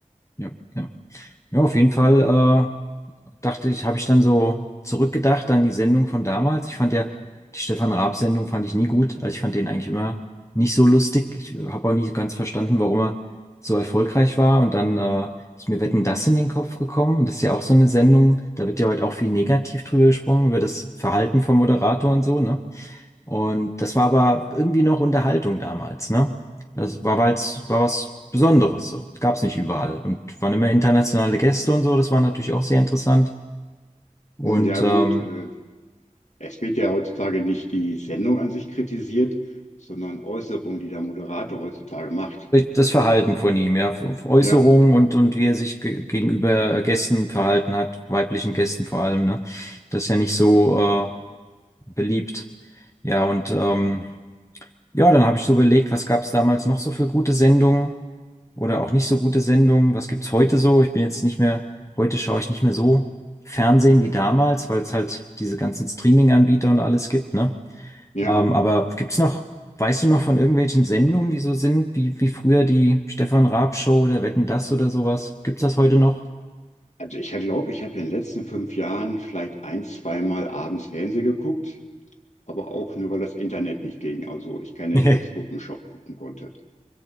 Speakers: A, on the left; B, on the left.
A: Ja, ja. Ja, auf jeden Fall äh, dachte ich, habe ich dann so zurückgedacht an die Sendung von damals. Ich fand ja, die Stefan Raab-Sendung fand ich nie gut. Also ich fand den eigentlich immer nicht so lustig. Ich habe auch nie so ganz verstanden, warum er so erfolgreich war. Und dann äh, ist mir Wetten, das in den Kopf gekommen. Und das ist ja auch so eine Sendung, da wird ja heute auch viel negativ drüber gesprungen über das Verhalten vom Moderator und so, ne? Und das war aber irgendwie noch Unterhaltung damals, ne? Das war, weil's, war was Besonderes so. Das gab es nicht überall. Und waren immer internationale Gäste und so, das war natürlich auch sehr interessant. Und
B: Hm, Ja gut,
A: ähm,
B: äh, es wird ja heutzutage nicht die Sendung an sich kritisiert, sondern Äußerungen, die der Moderator heutzutage macht.
A: das Verhalten von ihm, ja, Äußerungen
B: Ja,
A: und, und wie er sich ge gegenüber Gästen verhalten hat, weiblichen Gästen vor allem, ne? Das ist ja nicht so äh, beliebt. Ja, und ähm, ja, dann habe ich so überlegt, was gab es damals noch so für gute Sendungen? oder auch nicht so gute Sendungen. Was gibt's heute so? Ich bin jetzt nicht mehr, heute schaue ich nicht mehr so Fernsehen wie damals, weil es halt diese ganzen Streaming-Anbieter und alles gibt, ne?
B: ja.
A: Ähm, aber gibt's noch, weißt du noch von irgendwelchen Sendungen, die so sind, wie, wie früher die Stefan Raab Show oder Wetten das oder sowas? Gibt's das heute noch?
B: Also ich glaube, ich habe in den letzten fünf Jahren vielleicht ein, zweimal abends Fernsehen geguckt, aber auch nur, weil das Internet nicht ging. Also ich kein Netflix
A: <laughs>
B: gucken, Shop gucken konnte.